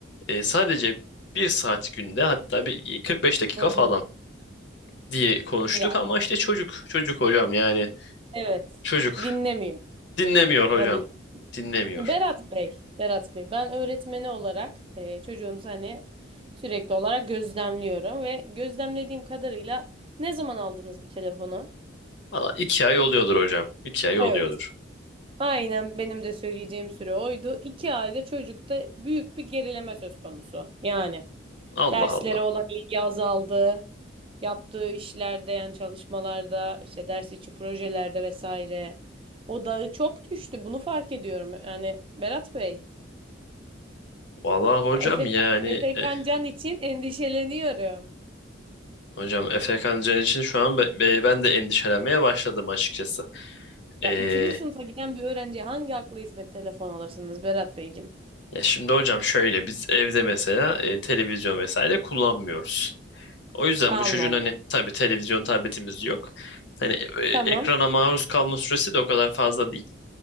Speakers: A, on the left (about 65°); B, on the right (about 30°).
A: e, sadece bir saat günde hatta bir 45 dakika
B: hı.
A: falan.
B: hı.
A: diye konuştuk
B: Yani
A: ama işte çocuk çocuk hocam yani
B: evet.
A: çocuk
B: Dinlemiyor.
A: dinlemiyor hocam
B: Tabii
A: dinlemiyor.
B: Berat Bey, Berat Bey, ben öğretmeni olarak e, çocuğunuzu hani sürekli olarak gözlemliyorum ve gözlemlediğim kadarıyla ne zaman aldınız bu telefonu?
A: Valla iki ay oluyordur hocam iki ay
B: Evet.
A: oluyordur.
B: Aynen benim de söyleyeceğim süre oydu. İki ayda çocukta büyük bir gerileme söz konusu. Yani
A: Allah
B: derslere
A: Allah.
B: olan ilgi azaldı, yaptığı işlerde yani çalışmalarda, işte ders içi projelerde vesaire. Odağı çok düştü. Bunu fark ediyorum. Yani Berat Bey.
A: Valla hocam
B: Ya Efe,
A: yani
B: Efe
A: eh,
B: Kancan için endişeleniyorum.
A: hocam Efe Kancan için şu an be- be- ben de endişelenmeye başladım açıkçası.
B: Ya
A: Ee,
B: üçüncü sınıfa giden bir öğrenciye hangi akla hizmet telefon alırsınız Berat Beyciğim?
A: ya şimdi hocam şöyle biz evde mesela e, televizyon vesaire kullanmıyoruz. O yüzden
B: Allah
A: bu çocuğun
B: Allah.
A: hani tabii televizyon tabletimiz yok. Hani e, ekrana
B: Tamam.
A: maruz kalma süresi de o kadar fazla değil.